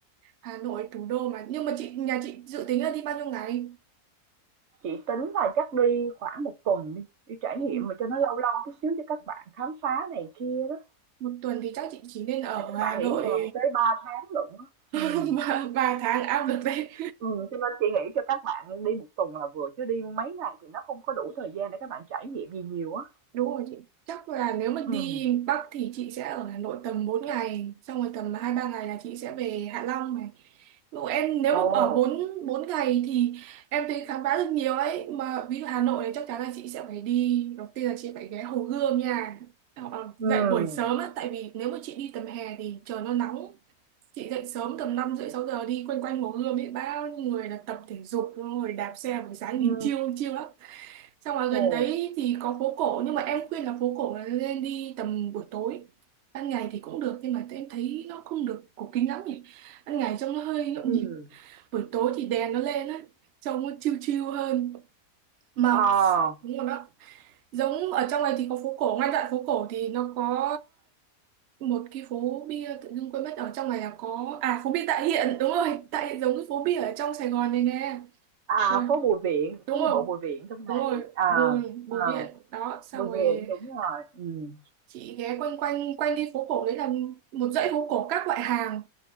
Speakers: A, on the right; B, on the right.
A: Hà Nội thủ đô mà nhưng mà chị nhà chị dự tính là đi bao nhiêu ngày?
B: Chị tính là chắc đi khoảng một tuần đi, đi trải
A: Ừ.
B: nghiệm mà cho nó lâu lâu chút xíu cho các bạn khám phá này kia đó.
A: Một tuần thì chắc chị chỉ nên ở
B: Tại các
A: Hà
B: bạn nghỉ
A: Nội
B: hè tới 3 tháng lận á.
A: <laughs>
B: Ừ.
A: 3 tháng ao được đấy.
B: Ừ, cho nên chị nghĩ cho các bạn đi một tuần là vừa chứ đi mấy ngày thì nó không có đủ thời gian để các bạn trải nghiệm gì nhiều á.
A: Đúng rồi chị. Chắc là nếu mà
B: Ừ.
A: đi Bắc thì chị sẽ ở Hà Nội tầm 4 ngày, xong rồi tầm 2 3 ngày là chị sẽ về Hạ Long này. Ví dụ em nếu
B: Ồ.
A: mà ở 4 4 ngày thì em thấy khám phá được nhiều ấy, mà ví dụ Hà Nội thì chắc chắn là chị sẽ phải đi, đầu tiên là chị phải ghé Hồ Gươm nha. Ờ, ờ,
B: Ừ.
A: dậy buổi sớm á, tại vì nếu mà chị đi tầm hè thì trời nó nóng. Chị dậy sớm tầm 5 rưỡi 6 giờ đi quanh quanh Hồ Gươm ấy bao nhiêu người là tập thể dục rồi đạp xe buổi sáng nhìn
B: Ừ.
A: chiêu chiêu lắm. Xong ở
B: Ồ.
A: gần đấy thì có phố cổ nhưng mà em khuyên là phố cổ là nên đi tầm buổi tối. Ban ngày thì cũng được nhưng mà em thấy nó không được cổ kính lắm nhỉ. Ban ngày trông nó hơi nhộn
B: Ừ.
A: nhịp. Buổi tối thì đèn nó lên á, trông nó chill chill hơn. Mà
B: Ờ.
A: đúng rồi đó. Giống ở trong này thì có phố cổ, ngay đoạn phố cổ thì nó có một cái phố bia tự dưng quên mất ở trong này là có à phố bia Tạ Hiện đúng rồi Tạ Hiện giống cái phố bia ở trong Sài Gòn này nè
B: À,
A: Ừ,
B: phố Bùi Viện,
A: đúng
B: phố đi
A: rồi
B: bộ Bùi Viện trong này.
A: đúng rồi
B: À,
A: bùi bùi
B: à,
A: viện đó xong
B: Bùi
A: rồi
B: Viện đúng rồi. Ừ.
A: chị ghé quanh quanh quanh đi phố cổ đấy là một dãy phố cổ các loại hàng